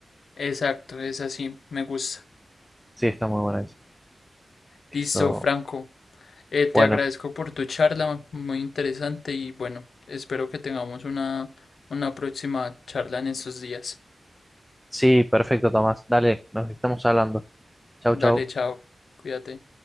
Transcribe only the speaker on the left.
Exacto, es así, me gusta.
Listo, Franco. Eh, te
agradezco por tu charla, muy interesante y bueno, espero que tengamos una, una próxima charla en estos días.
Dale,
chao, cuídate.